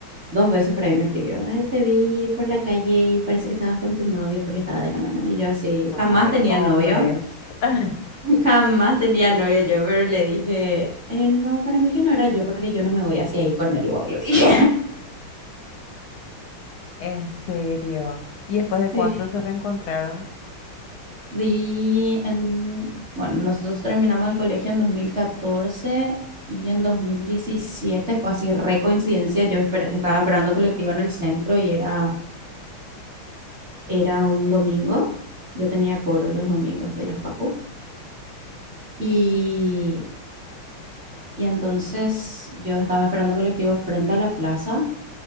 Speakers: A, on the right; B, on the left.
A: dos veces por ahí me escribió, ay, te vi por la calle y parece que estabas con tu novio porque estaba de la mano. Y yo así,
B: Ay,
A: jamás tenía
B: hombres.
A: novio.
B: <laughs>
A: Jamás tenía novio yo, pero le dije, "Eh, no, para mí que no era yo, porque yo no me voy así ahí con él, wow, lo dije.
B: En serio. ¿Y después de cuánto
A: <laughs> Sí.
B: se reencontraron?
A: Sí, en, bueno, nosotros terminamos el colegio en 2014 y en 2017 fue así, re coincidencia, yo esper- estaba esperando colectivo en el centro y era, era un domingo, yo tenía coro los domingos de la facu y, y entonces yo estaba esperando colectivo frente a la plaza